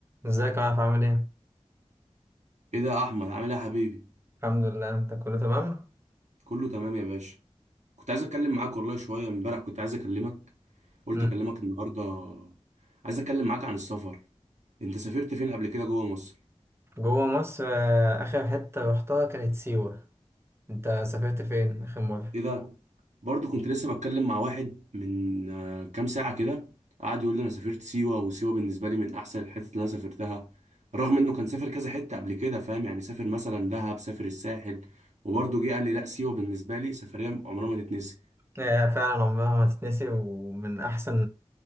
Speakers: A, on the right; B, on the right.
A: ازيك يا عارف عامل ايه؟
B: ايه ده يا احمد عامل ايه يا حبيبي
A: الحمد لله انت كله تمام؟
B: كله تمام يا باشا كنت عايز اتكلم معاك والله شويه امبارح كنت عايز اكلمك قلت
A: مم.
B: اكلمك النهارده عايز اتكلم معاك عن السفر انت سافرت فين قبل كده جوه مصر
A: جوه مصر آه، اخر حتة رحتها كانت سيوة انت سافرت فين اخر مرة؟
B: ايه ده برضو كنت لسه بتكلم مع واحد من آه، كام ساعه كده قعد يقول لي انا سافرت سيوه وسيوه بالنسبه لي من احسن الحتت اللي انا سافرتها رغم انه كان سافر كذا حته قبل كده فاهم يعني سافر مثلا دهب سافر الساحل وبرضه جه قال لي لا سيوه بالنسبه لي سفريه عمرها ما تتنسي
A: آه، فعلا عمرها ما تتنسي ومن احسن